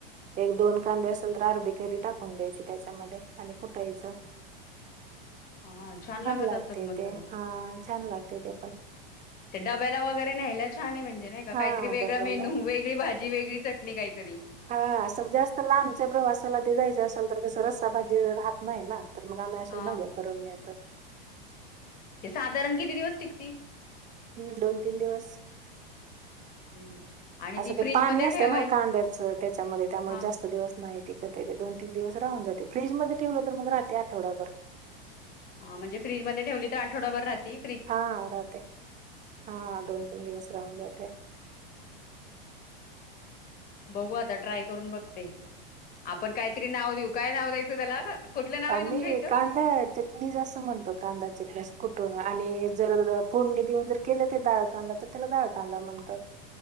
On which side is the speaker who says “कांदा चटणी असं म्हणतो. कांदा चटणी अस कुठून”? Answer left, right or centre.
Right